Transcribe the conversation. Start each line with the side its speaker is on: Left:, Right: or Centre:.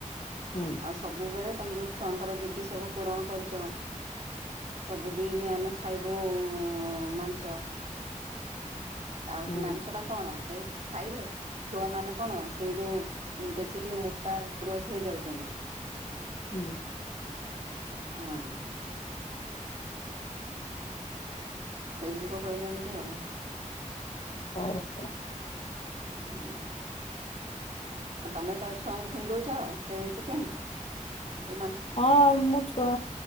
Left: ହୁଁ।
Right: ଆଉ ସବୁବେଳେ ତମେ ଯୋଉ ଛୁଆଙ୍କର ଜିଦି ସବୁ ପୂରଣ କରୁଛ। ସବୁଦିନି ଆମେ ଖାଇବୁ ମାଂସ। ଆଉ
Left: ହୁଁ
Right: ସେ ମାଂସ ଟା କଣ <unintelligible> ଖାଇଲେ। ଛୁଆ ମାନେ କଣ ସେଇ ଯୋଉ ବେଶୀ ଟିକେ ମୋଟା ଗ୍ରୋଥ ହେଇଯାଉଛନ୍ତି।
Left: ହୁଁ।
Right: ହଁ। ସେଇଯୋଗୁ କହିଲେ ଏମିତି ଆଉ।
Left: <inaudible>
Right: ହୁଁ। ଆଉ ତମେ ତମ ଛୁଆଙ୍କୁ ଫୁଣି ଦଉଛ ସେଇ ଚିକେନ ଏ ମାଂସ।
Left: ହଁ ମୋ ଛୁଆ